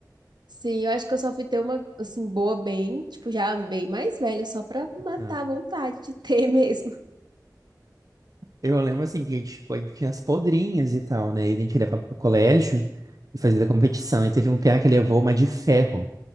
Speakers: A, on the right (about 85°); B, on the right (about 55°).
A: Sim, eu acho que eu só fui ter uma, assim, boa bem, tipo, já bem mais velha, só pra matar
B: Ah.
A: a vontade de ter <laughs> mesmo.
B: Eu lembro assim que tipo, a gente tinha as podrinhas e tal, né? E a gente levava pro colégio e fazia competição. E teve um piá que levou uma de ferro.